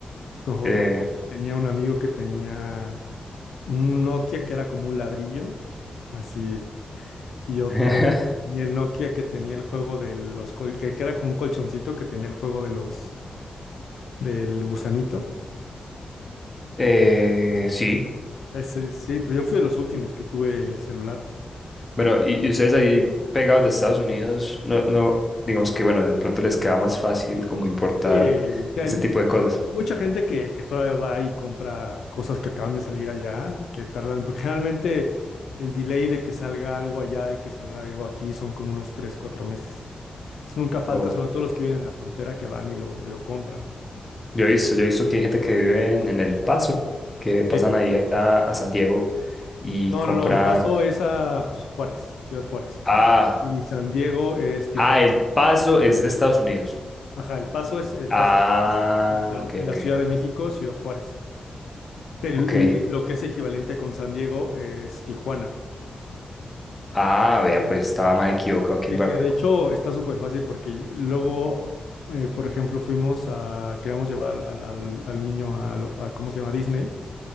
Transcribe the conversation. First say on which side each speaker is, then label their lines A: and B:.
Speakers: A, on the left; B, on the left.
A: Porque me acuerdo,
B: eh,
A: tenía un amigo que tenía un Nokia que era como un ladrillo, así, y otro,
B: <laughs>
A: y el Nokia que tenía el juego de los, col- que, que era como un colchoncito que tenía el juego de los, del gusanito.
B: eh, sí,
A: Ese, sí, pero yo fui de los últimos que tuve celular.
B: bueno, y, y ustedes ahí pegados de Estados Unidos, no, no, digamos que, bueno, de pronto les queda más fácil como importar
A: Sí, sí,
B: ese
A: hay,
B: tipo de cosas.
A: Mucha gente que, que todavía va y compra cosas que acaban de salir allá, que tardan, porque generalmente el delay de que salga algo allá y que salga algo aquí son como unos 3 4 meses. Entonces nunca falta,
B: O
A: sobre todo los que viven en la frontera, que van y lo, lo compran.
B: yo he visto, yo he visto que hay gente que vive en, en El Paso, que pasan
A: Sí.
B: ahí a, a San Diego y
A: No,
B: compran.
A: no, no, El Paso es a Juárez, Ciudad Juárez.
B: Ah,
A: Y San Diego es Tijuana.
B: ah, El Paso es de Estados Unidos.
A: Ajá, El Paso es El
B: Ah,
A: Paso, Texas, y la,
B: ok,
A: y la
B: ok,
A: Ciudad de México, Ciudad Juárez. Pero,
B: ok.
A: y lo que es equivalente con San Diego es Tijuana.
B: Ah, vea, pues estaba más equivocado que
A: Y
B: un barraco.
A: que de hecho está súper fácil porque luego, eh, por ejemplo, fuimos a, queríamos llevar al, al- al- al niño a, lo- a, ¿cómo se llama? Disney.